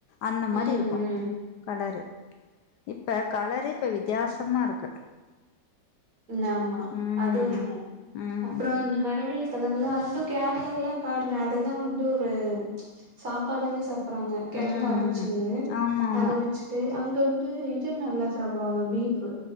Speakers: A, on the left; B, on the right.
A: அந்த மாரி
B: ம்
A: இருக்கு
B: ம்
A: கலரு இப்ப கலரே இப்ப வித்தியாசமா இருக்கு
B: ஆமா
A: ம்
B: அது ஒன்னு
A: ம்
B: அப்றோ இந்த மரவள்ளி கிழங்கெல்லா இன்னு கேரளா எல்லா பாருங்க அததா வந்து ஒரு சாப்பாடாவே சாப்பிட்ட அப்புறங்க கெழங்கா
A: ம்
B: அவுச்சு
A: ஆமா ஆமா
B: அத வச்சுட்டு அங்கவந்து இது நல்லா சாப்டுவாங்க பீஃப்